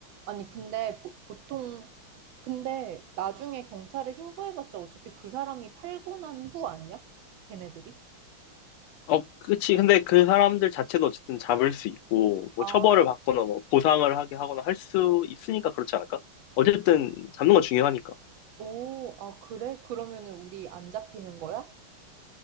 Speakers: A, on the right; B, on the left.
A: 아니, 근데 보, 보통, 근데 나중에 경찰에 신고해봤자 어차피 그 사람이 팔고 난 후 아니야? 걔네들이?
B: 어, 그치. 근데 그 사람들 자체도 어쨌든 잡을 수 있고, 뭐
A: 아,
B: 처벌을 받거나 뭐 보상을 하게 하거나 할 수 있으니까 그렇지 않을까? 어쨌든 잡는 건 중요하니까.
A: 오, 아, 그래? 그러면은 우리 안 잡히는 거야?